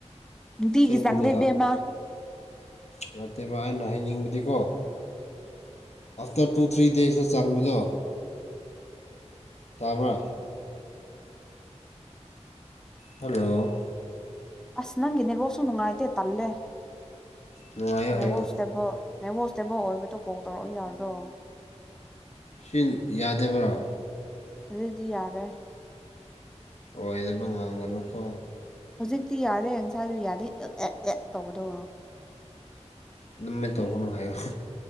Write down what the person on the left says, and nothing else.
ꯆꯦꯡꯕꯅꯦ
ꯅꯠꯇꯦꯕꯥ ꯑꯩꯅ ꯍꯩꯅꯤꯡꯕ ꯑꯗꯨꯒꯀꯣ ꯑꯥꯐꯇꯔ ꯇꯨ ꯊ꯭ꯔꯤ ꯗꯦꯖꯇ ꯆꯪꯕꯗꯣ ꯇꯥꯕ ꯍꯜꯂꯣ
ꯅꯨꯡꯉꯥꯏꯌꯣ
ꯍꯥꯏꯌꯣ
ꯁꯤ ꯌꯥꯗꯕ꯭ꯔꯥ
ꯍꯣꯏꯁꯕꯉꯥꯡꯒ ꯂꯨꯀꯣ
ꯅꯝꯃꯦ ꯇꯧꯧꯕꯅꯨ ꯍꯥꯏꯌꯨ